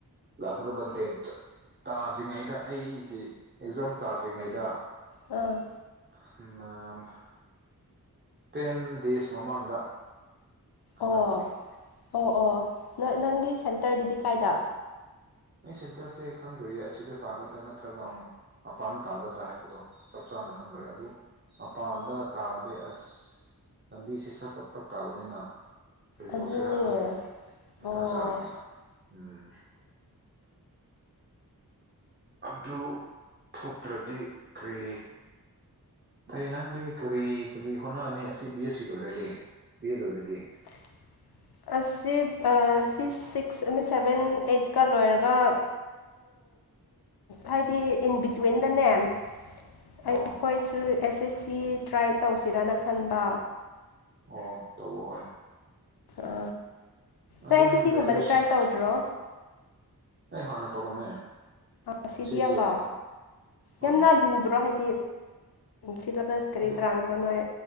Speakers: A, on the right (about 30°); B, on the left (about 85°).
A: ꯐꯗꯕ ꯗꯦꯠ ꯇꯥꯗ꯭ꯔꯤꯉꯩꯗ ꯑꯩꯒꯤ ꯑꯦꯛꯖꯥꯝ ꯇꯥꯗ꯭ꯔꯤꯉꯩꯗ
B: ꯑꯝ
A: ꯑ ꯇꯦꯟ ꯗꯦꯖ ꯃꯃꯥꯡꯗ ꯈꯪꯍꯟꯒꯅꯤ
B: ꯑꯣ ꯑꯣ ꯑꯣ ꯅ ꯅꯪꯒꯤ ꯁꯦꯟꯇꯔꯗꯨꯗꯤ ꯀꯥꯏꯗ
A: ꯑꯩ ꯁꯦꯟꯇꯔꯁꯦ ꯈꯪꯗ꯭ꯔꯤꯌꯦ ꯑꯁꯤꯗ ꯇꯥꯒꯗ꯭ꯔꯥ ꯅꯠꯇ꯭ꯔꯒ ꯑꯃꯃꯛ ꯃꯄꯥꯟ ꯇꯥꯒꯗ꯭ꯔꯥ ꯍꯥꯏꯕꯗꯣ ꯆꯞ ꯆꯥꯅ ꯈꯪꯗ꯭ꯔꯦ ꯑꯗꯨ ꯃꯄꯥꯟꯗ ꯇꯥꯔꯗꯤ ꯑꯁ ꯂꯝꯕꯤꯁꯦ ꯆꯠꯄ ꯐꯔꯛ ꯇꯥꯕꯅꯤꯅ ꯀꯔꯤ
B: ꯑꯗꯨꯅꯦ
A: ꯇꯧꯁꯤꯔꯥ ꯈꯟꯕꯅꯦ ꯃꯊꯥ
B: ꯑꯣ
A: ꯆꯥꯔꯤꯅꯦ ꯎꯝ ꯑꯗꯨ ꯊꯣꯛꯇ꯭ꯔꯗꯤ ꯀ꯭ꯔꯔꯤ ꯑꯩ ꯅꯪꯗꯤ ꯀꯔꯤ ꯀꯔꯤ ꯍꯣꯠꯅꯑꯅꯤ ꯑꯁꯤ ꯕꯤ ꯑꯦꯁ ꯁꯤ ꯂꯣꯏꯔꯗꯤ ꯕꯤ ꯑꯦ ꯂꯣꯏꯔꯗꯤ
B: <inaudible> ꯁꯤ ꯁꯤ ꯁꯤꯛꯁ ꯃꯤ ꯁꯚꯦꯟ ꯑꯩꯠꯀ ꯂꯣꯏꯔꯒ ꯍꯥꯏꯗꯤ ꯏꯟ ꯕꯤꯇ꯭ꯋꯤꯟ ꯗ ꯅꯦꯝ ꯑꯩ
A: ꯑꯣ
B: ꯑꯩꯈꯣꯏꯁꯨ ꯑꯦꯁ ꯑꯦꯁ ꯁꯤ ꯇ꯭ꯔꯥꯏ ꯇꯧꯁꯤꯔꯥꯅ ꯈꯟꯕ
A: ꯑꯣ ꯇꯧꯕ ꯍꯣꯏ
B: ꯑ
A: ꯑꯗꯨꯝ
B: ꯍꯣꯏ ꯑꯩꯁꯦ ꯁꯤꯒꯨꯝꯕꯗꯤ
A: ꯒ꯭ꯔꯦꯖꯨꯑꯦꯁꯟ
B: ꯇ꯭ꯔꯥꯏ ꯇꯧꯗ꯭ꯔꯣ
A: ꯑꯩ ꯍꯥꯟꯅ ꯇꯧꯔꯝꯃꯦ
B: ꯑ ꯁꯤꯗꯤꯜꯂꯣ
A: ꯁꯤ ꯖꯤ ꯑꯦꯜ ꯍꯣꯏ
B: ꯌꯥꯝꯅ ꯂꯨꯕ꯭ꯔꯣ ꯍꯥꯏꯗꯤ ꯁꯤꯂꯁ ꯀꯔꯤ
A: ꯑꯗꯨ
B: ꯀꯔꯥꯡꯅꯣ ꯅꯣꯏ